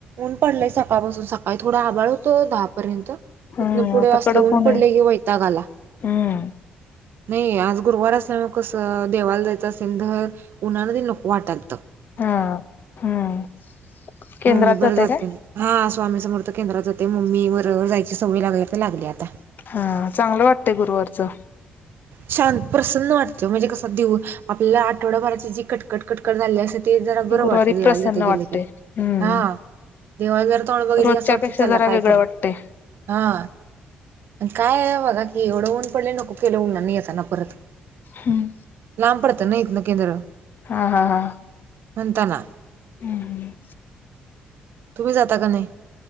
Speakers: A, on the right; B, on the left.
A: ऊन पडलंय सकाळपासून सकाळी थोडा आबााळ होत दहापर्यंत.
B: हम्म
A: तितन पुढे
B: आता
A: असलं
B: कडक
A: ऊन पडलय
B: आहे.
A: की वैता गाला.
B: हम्म
A: नाही आज गुरुवार असल त्यामुलं कसं देवाला जायचं असेल तर उन्हाला नको वाटालत.
B: हा हम्म. केंद्रात
A: ममी बर
B: जातय
A: जाते.
B: काय?
A: हा स्वामी समर्थ केंद्रात जाते मम्मी बरोबर जायची सवय लागल्या तर लागली आता.
B: हा चांगलं वाटतय गुरुवारचं.
A: शांत प्रसन्न वाटते म्हणजे कस देऊ आपल्याला आठवडाभराची जी कटकट कटकट झाली असे ते जरा बरं
B: गुरुवारी
A: वाटतं देवाला
B: प्रसन्न
A: तीत
B: वाटते.
A: गेलं की
B: हम्म
A: हा, दिवस बर तोंड बघितली
B: रोजच्या
A: असं वाटत
B: पेक्षा
A: चालला
B: जरा
A: कायतर.
B: वेगळं वाटते.
A: हा. काय आहे बघा की एवढं ऊन पडले नको केले उन्हाणी येताना परत.
B: हम्म.
A: लांब पडत नाही इतन केंद्र.
B: हा हा हा.
A: म्हणताना.
B: हम्म हम.
A: तुम्ही जाता का नाही.